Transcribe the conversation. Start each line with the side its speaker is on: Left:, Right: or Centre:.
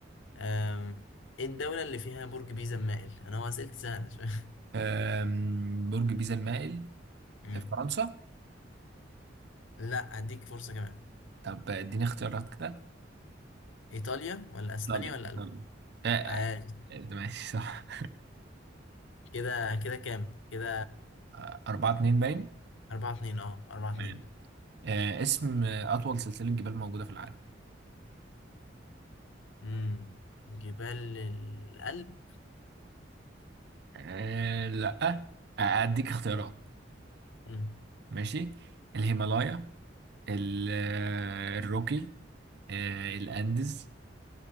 Left: آم، ايه الدولة اللي فيها برج بيزا مائل انا هو اسئلتي سهلة شوية <laughs>
Right: أم، برج بيزا المائل
Left: أمم.
Right: فرنسا
Left: لا اديك فرصة كمان
Right: طب اديني اختيارات كده
Left: ايطاليا ولا اسبانيا
Right: ايطالي
Left: ولا
Right: ايطالي
Left: المانيا
Right: آه، آه،
Left: عادي
Right: آه، ماشي صح
Left: كده كده كام كده
Right: آه، أربعة اتنين باين
Left: أربعة اتنين اه أربعة
Right: تمام
Left: اتنين
Right: آه، اسم آه، أطول سلسلة جبال موجودة في العالم
Left: امم جبال الألب
Right: آه، لأ آه، أديك اختيارات
Left: امم
Right: ماشي الهيمالايا ال- آه، الروكي آه، الأنديز